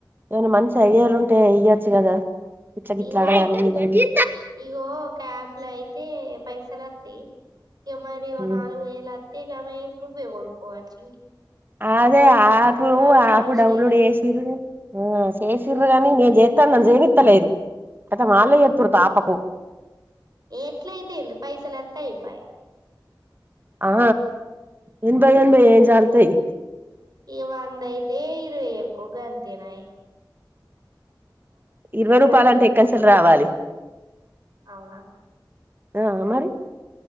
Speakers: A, on the right; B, on the right.
A: ఏమన్నా మంచి ఐడియా లుంటే అయ్యొచ్చు కదా ఇట్లా గిట్లా
B: ఇగో
A: అడగాలి ఇదని
B: ఇగో క్యాప్ ఇలా అయితే పైసలు వస్తాయి ఇక మరి ఓ
A: ఉమ్.
B: నాలుగు వేల తేజాస్ నువ్వే కోనుకోవాలి
A: అదే ఆప్
B: నగలు
A: ఆప్ డౌన్లోడ్
B: చీరలు
A: చేసిర్ర చేసర్రు గాని నే జ తను నన్ను జీవిత్తలేదు అద మాలయ్యత్తూరు తపకు
B: ఎట్లాయితే పైస లేతాయ పోయే
A: ఆ ఎం భయ ఏని భయ ఏం చాలతయి
B: ఇక వంద అయితే ఇరవై ఎక్కువగా అ తినయి
A: ఇరవై రూపాయల
B: సార్లు
A: అంటే
B: ఇ
A: ఇంకా చిల్ల రావాలి
B: అవునా
A: ఆ మరి